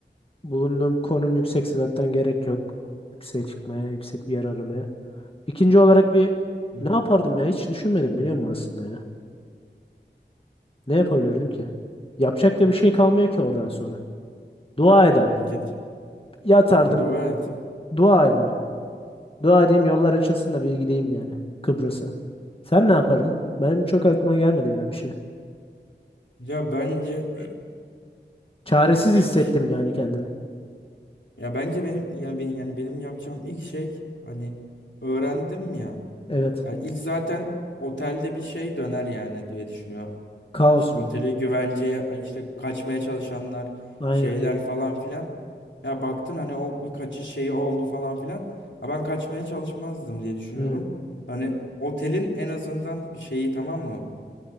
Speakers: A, on the left; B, on the left.
A: bulunduğum konum yüksekse zaten gerek yok. Yükseğe çıkmaya, yüksek bir yer aramaya. İkinci olarak bir
B: hı. hı.
A: ne yapardım ya hiç düşünmedim biliyor musun aslında ya. Ne yapabilirdim ki? Yapacak da bir şey kalmıyor ki oradan sonra. Dua ederdim
B: Ket-
A: ben. Yatardım,
B: Ya Dua ettim.
A: dua ederdim. Dua edeyim yollar açılsın da bir gideyim yani Kıbrıs'a. Sen ne yapardın? Benim çok aklıma gelmedi ya bir şey.
B: Ya bence
A: Çaresiz
B: <clears throat> ya
A: hissettim
B: ilk
A: yani kendimi.
B: Ya bence benim ya benim yani benim yapacağım ilk şey hani öğrendim ya.
A: Evet.
B: Yani ilk zaten otelde bir şey döner yani diye düşünüyorum.
A: Kaos
B: İşte
A: mu?
B: oteli güvenceye işte kaçmaya çalışanlar
A: Aynen.
B: şeyler falan filan. Ya baktın hani o bir kaçış şeyi oldu falan filan. Ya ben kaçmaya çalışmazdım diye düşünüyorum.
A: Hmm.
B: Hani otelin en azından şeyi tamam mı?